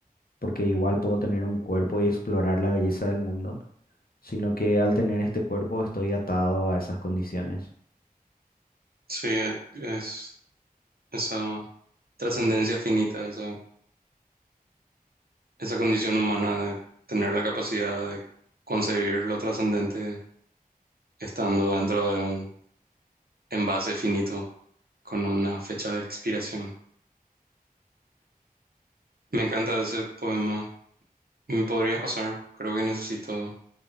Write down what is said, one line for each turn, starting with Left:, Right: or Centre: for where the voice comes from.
Left: porque igual puedo tener un cuerpo y explorar la belleza del mundo sino que al tener este cuerpo estoy atado a esas condiciones.
Right: Sí, es... esa trascendencia finita, esa, esa condición humana de tener la capacidad de concebir lo trascendente estando dentro de un envase finito con una fecha de expiración. Me encanta ese poema. Me podría pasar, creo que necesito